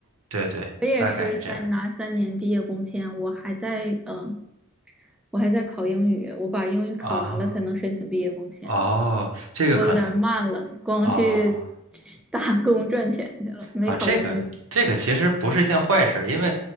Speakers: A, on the right; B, in the centre.
A: 对对，
B: 我也是三拿三年毕业工签，
A: 大概是这样
B: 我还在嗯、呃我还在考英语，我把英语考完了才能申请毕业工签。
A: 啊。哦，这个可能
B: 我有点儿慢了，光去
A: 哦
B: <laughs> 打工赚钱去了，没考英语。
A: 啊，这个这个其实不是一件坏事，因为